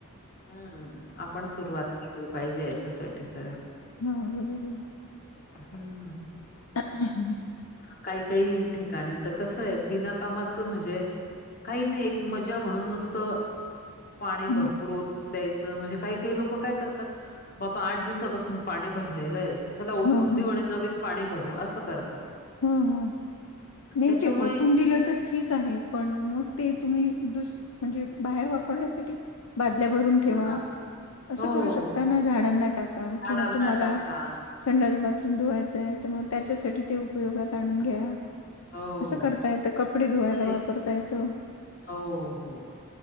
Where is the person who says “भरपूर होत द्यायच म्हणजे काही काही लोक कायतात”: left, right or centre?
Left